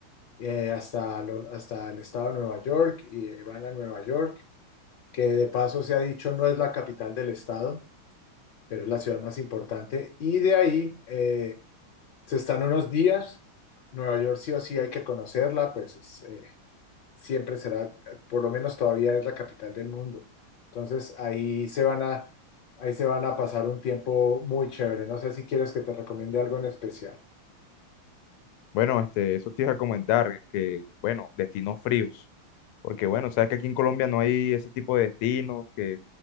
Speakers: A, on the left; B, on the left.
A: eh, hasta, lo- hasta el estado de Nueva York y eh, van a Nueva York que de paso se ha dicho no es la capital del estado, pero es la ciudad más importante. Y de ahí eh, se están unos días. Nueva York sí o sí hay que conocerla, pues es, eh, siempre será, por lo menos todavía es la capital del mundo. Entonces ahí se van a, ahí se van a pasar un tiempo muy chévere. No sé si quieres que te recomiende algo en especial.
B: Bueno, este, eso te iba a comentar, que, bueno, destinos fríos. Porque, bueno, sabes que aquí en Colombia no hay ese tipo de destinos que